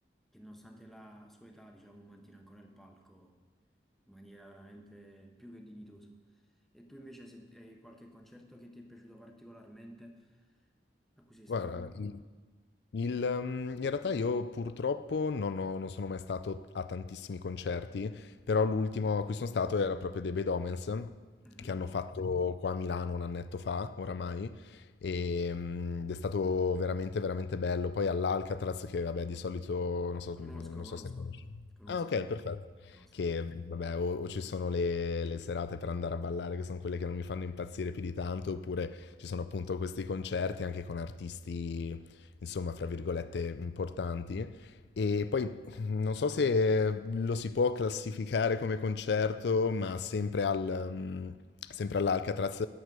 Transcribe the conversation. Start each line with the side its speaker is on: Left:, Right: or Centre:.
Centre: che nonostante la sua età, diciamo, mantiene ancora il palco in maniera veramente più che dignitosa. E tu invece sent- hai qualche concerto che ti è piaciuto particolarmente, a cui sei
Left: Guarda,
Centre: stato?
Left: i- Il, ehm, in realtà io purtroppo non, ho- non sono mai stato a tantissimi concerti, però l'ultimo a cui sono stato era proprio dei Bad Omens,
Centre: Mhm.
Left: che hanno fatto qua a Milano un annetto fa, oramai, e, ehm, ed è stato veramente, veramente bello. Poi all'Alcatraz, che vabbè di solito, non so,
Centre: Conosco,
Left: non
Centre: conosco,
Left: so se conosci.
Centre: conosco,
Left: Ah ok, perfetto.
Centre: conosco.
Left: Che mm, vabbè, o, o ci sono le, le serate per andare a ballare, che sono quelle che non mi fanno impazzire più di tanto, oppure ci sono appunto questi concerti anche con artisti insomma, fra virgolette, importanti. E poi non so se lo si può classificare come concerto, ma sempre al, mm, sempre all'Alcatraz,